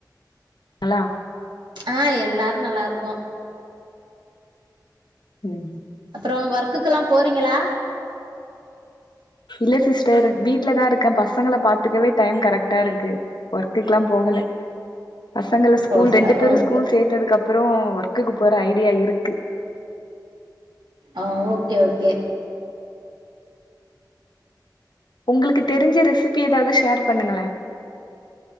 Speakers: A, on the left; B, on the right.
A: <inaudible> ளா
B: ஆ எல்லாரு நல்லாருக்கோ
A: ம்
B: அப்புற ஒர்க்குல்லா போறீங்ளா
A: இல்ல சிஸ்டர் வீட்லதா இருக்கே பசங்கள பாத்துக்கவே டைம் கரெக்ட்டா இருக்கு ஒர்க்குக்லா போகல பசங்கள ஸ்கூல்
B: போகல
A: ரெண்டு பேரு
B: ஓகே
A: ஸ்கூல் சேத்ததுக்கு அப் ற ஒர்க்குக்கு போற ஐடியா இருக்கு
B: ஆ ஓகே ஓகே
A: உங்களுக்கு தெரிஞ்ச ரெசிபி ஏதாவது ஷேர் பண்ணுங்களே